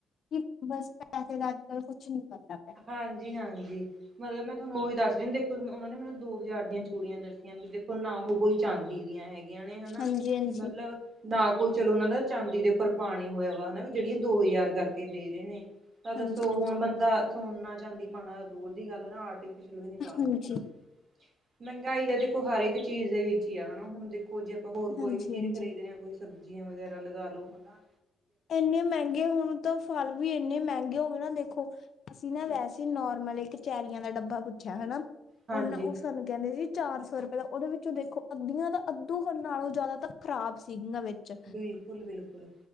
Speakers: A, on the left; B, on the right.
A: ਕਿ ਬਸ, ਪੈਸੇ ਦਾ ਅੱਜ-ਕੱਲ ਕੁਛ ਨੀ ਬਣਦਾ ਪਿਆ
B: ਹਾਂਜੀ, ਹਾਂਜੀ ਮਤਲਬ ਮੈਂ ਥੋਨੂੰ ਓਈ ਦੱਸ ਰੀ ਆਂ ਓਨਾਂ ਨੇ ਮੈਨੂੰ ਦੋ ਹਜਾਰ ਦੀਆਂ ਚੂੜੀਆਂ ਦੱਸੀਆਂ, ਵੀ ਦੇਖੋ ਨਾ ਓ ਕੋਈ ਚਾਂਦੀ ਦੀਆਂ ਹੈਗੀਆਂ ਨੇ ਹਨਾ,
A: ਹਾਂਜੀ ਹਾਂਜੀ
B: ਮਤਲਬ ਨਾਲ ਕੋਲ ਚਲੋ ਓਨਾਂ ਦਾ ਚਾਂਦੀ ਦੇ ਉੱਪਰ ਪਾਣੀ ਹੋਏਆ ਵਾ ਹਨਾ, ਵੀ ਜੇੜੀਆਂ ਦੋ ਹਜਾਰ ਕਰਕੇ ਦੇ ਰੇ ਨੇ ਤਾਂ ਦੱਸੋ
A: ਹਾਂਜੀ ਹਾਂਜੀ
B: ਹੋਣ ਬੰਦਾ ਸੋਨਾ, ਚਾਂਦੀ ਪਾਣਾ ਦੂਰ ਦੀ ਗੱਲ ਹਨਾ, ਆਰਟੀਫਿਸ਼ਲ ਵੀ ਨੀ ਪਾ ਸਕਦਾ।
A: ਹਾਂਜੀ
B: ਮ੍ਹੈਂਗਾਈ ਤਾਂ ਦੇਖੋ ਹਰ ਇੱਕ ਚੀਜ਼ ਦੇ ਵਿੱਚ ਈ ਆ, ਹਣਾ ਹੂਣ ਦੇਖੋ ਜੇ ਆਪਾਂ ਹੋਰ ਕੋਈ
A: ਹਾਂਜੀ
B: ਵੀ ਚੀਜ਼
A: ਹਾਂਜੀ
B: ਖਰੀਦਦੇ ਆਂ ਕੋਈ ਸਬਜੀਆਂ ਵਗੈਰਾ ਲਗਾ ਲੋ ਹਣਾ
A: ਐਨੇ ਮੈਂਗੇ ਹੋਣ ਤਾਂ ਫਲ ਵੀ ਐਨੇਂ ਮੈਂਗੇ ਹੋ ਗ ਦੇਖੋ, ਅਸੀਂ ਨਾ ਵੈਸੇ ਨੋਰਮਲ ਚੈਰੀਆਂ ਦਾ ਡੱਬਾ ਪੁੱਛੇਆ ਹਨਾ
B: ਹਾਂਜੀ
A: ਓਨਾਂ ਓ ਸਾਨੂੰ ਕੈਂਦੇ ਸੀ ਚਾਰ ਸੌ ਰਪੇਆ, ਓਦੇ ਵਿੱਚੋਂ ਦੇਖੋ ਅੱਦੀਆਂ ਦਾ ਅੱਦੋ ਨਾਲੋ਼ ਜਾਦਾ ਤਾਂ ਖ਼ਰਾਬ ਸੀਗੀਆਂ ਵੇਚ
B: ਬਿਲਕੁਲ-ਬਿਲਕੁਲ